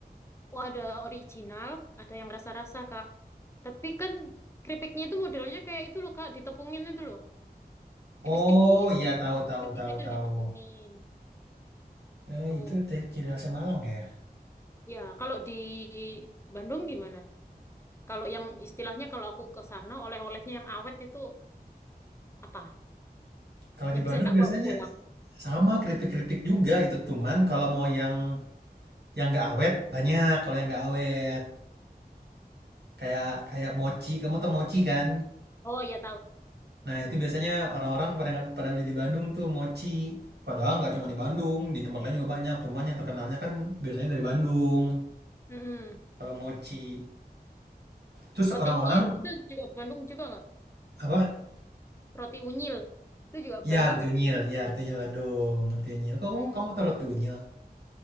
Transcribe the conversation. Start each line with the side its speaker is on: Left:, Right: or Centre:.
Left: Oh, ada original, ada yang rasa-rasa, Kak. Tapi kan keripiknya itu modelnya kayak itu loh, Kak, ditepungin itu loh. Tipis-tipis,
Right: Oh iya
Left: diperon
Right: tahu tahu
Left: tipis-tipis
Right: tahu
Left: terus
Right: tahu.
Left: ditepungin. Gitu.
Right: Eh, itu te- ciri khasnya Malang ya.
Left: Ya, kalau di Bandung gimana? Kalau yang istilahnya kalau aku ke sana, oleh-olehnya yang awet itu apa?
Right: Kalau
Left: Yang
Right: di Bandung
Left: bisa tak
Right: biasanya
Left: bawa pulang.
Right: sama keripik-keripik juga gitu. Cuman kalau mau yang yang nggak awet banyak. Kalau yang nggak awet kayak kayak mochi. Kamu tau mochi kan?
Left: Oh, ya tahu.
Right: Nah itu biasanya orang-orang pada pada beli di Bandung tuh mochi. Padahal nggak cuma di Bandung, di tempat lain juga banyak. Cuman yang terkenalnya kan biasanya dari Bandung.
Left: Mm-mm.
Right: Kalau mochi. Terus
Left: Roti
Right: orang-orang
Left: unyil, itu juga Bandung juga nggak?
Right: apa?
Left: Roti unyil, itu juga
Right: Yar
Left: Bandung nggak?
Right: Tunyil, Yar Tunyil Bandung, Tunyil. Kok kamu
Left: Hmm.
Right: kamu taruh Tunyil?